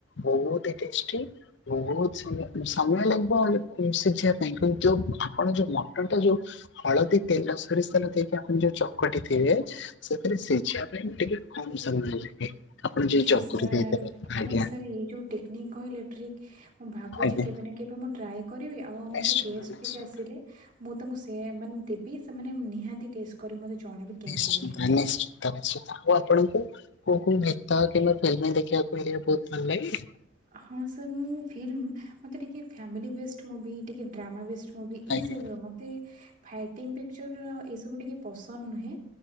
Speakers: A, on the left; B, on the right.
A: ବହୁତି ଟେଷ୍ଟି ବହୁତ ସମୟ, ସମୟ ଲାଗିବ ସିଝିବା ପାଇଁ। କିନ୍ତୁ ଆପଣ ଯୋଉ ମଟନ୍ ଟା ଯୋଉ ହଳଦୀ ତେଲ ସୋରିଷ ତେଲ ଦେଇକି ଆପଣ ଯୋଉ ଚକଟି ଥିବେ ସେଥିରେ ସିଝିବା ପାଇଁ ଟିକେ କମ୍ ସମୟ ଲାଗେ। ଆପଣ
B: ଆଚ୍ଛା
A: ଯ ଚକୁଟି
B: ସାର୍
A: ଦେଇଦେବେ
B: ଆପଣ
A: ଆଜ୍ଞା
B: ଏ ସାର୍ ଏଇ ଯୋଉ ଟେ ଟେକ୍ନିକ୍ କହିଲେ ଟ୍ରିକ୍ ମୁଁ ଭାବୁଚି
A: ଆଜ୍ଞା
B: କେବେ ନା କେବେ ମୁଁ ଟ୍ରାଏ କରିବି। ଆଉ ଆମର
A: ନିଶ୍ଚିନ୍ତ
B: ଯଉ ଗେଷ୍ଟ
A: ନିଶ୍ଚିନ୍ତ।
B: କିଛି ଆସିଲେ ମୁଁ ତାଙ୍କୁ ସେ ମାନେ ଦେବି ସେମାନେ ନିହାତି ଟେଷ୍ଟ କରି ମତେ ଜଣେଇବେ କେମିତି
A: ନିଶ୍ଚିନ୍ତ
B: ହେଇଛି।
A: ନିଶ୍ଚିତ। <unintelligible> ତାକୁ ଆପଣଙ୍କୁ କୋଉ କୋଉ ଗୀତ କିମ୍ବା ଫିଲ୍ମ ଦେଖିବାକୁ ହେଲେ ବହୁତ ଭଲ ଲାଗେ?
B: ହଁ ସାର୍ ମୁଁ ଫିଲ୍ମ ମତେ ଟିକେ ଫ୍ୟାମିଲି ବେଷ୍ଟ ମୁଭି ଟିକେ ଡ୍ରାମା ବେଷ୍ଟ ମୁଭି
A: ଆଜ୍ଞା
B: ଏଇ ସବୁ ର ମତେ ଫାଇଟିଙ୍ଗ ପିକଚର ଏଇ ସବୁ ଟିକେ ପସନ୍ଦ ନୁହେଁ।